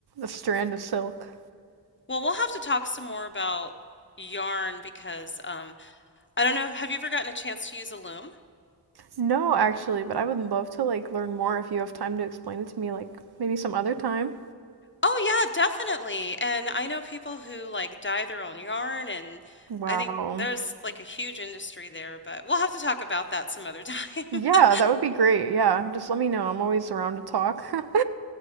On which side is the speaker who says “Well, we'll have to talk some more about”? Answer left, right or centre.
Left